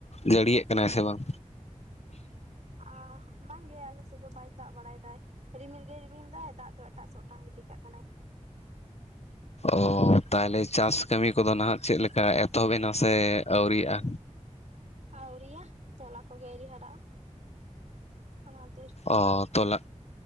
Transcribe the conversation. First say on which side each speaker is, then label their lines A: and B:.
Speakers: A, on the left; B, on the right.
A: ᱡᱟᱹᱲᱤᱭᱮᱫ ᱠᱟᱱᱟᱭ ᱥᱮ ᱵᱟᱝ?
B: ᱟᱸ ᱵᱟᱝ ᱜᱮ ᱟᱞᱮ ᱥᱮᱫ ᱫᱚ ᱵᱟᱭ ᱫᱟᱜ ᱵᱟᱲᱟᱭ ᱫᱟᱭ ᱨᱤᱢᱤᱞ ᱜᱮ ᱨᱤᱢᱤᱞ ᱫᱟᱭ᱾ ᱫᱟᱜ ᱫᱚ ᱮᱴᱟᱜ ᱥᱮᱱ ᱚᱴᱟᱝ ᱜᱤᱰᱤ ᱠᱟᱜ ᱠᱟᱱᱟᱭ᱾
A: ᱚᱻ ᱛᱟᱦᱚᱞᱮ ᱪᱟᱥ ᱠᱟᱹᱢᱤ ᱠᱚᱫᱚ ᱱᱟᱦᱟᱜ ᱪᱮᱫ ᱞᱮᱠᱟ ᱮᱛᱚᱦᱚᱵ ᱮᱱᱟ ᱥᱮ ᱟᱹᱣᱨᱤᱭᱟᱜᱼᱟ?
B: ᱟᱣᱨᱤᱭᱟ ᱛᱚᱞᱟ ᱠᱚᱜᱮ ᱟᱹᱣᱨᱤ ᱦᱟᱨᱟᱜᱼᱟ᱾ ᱚᱱᱟ ᱠᱷᱟᱛᱤᱨ᱾
A: ᱚᱻ ᱛᱚᱞᱟ,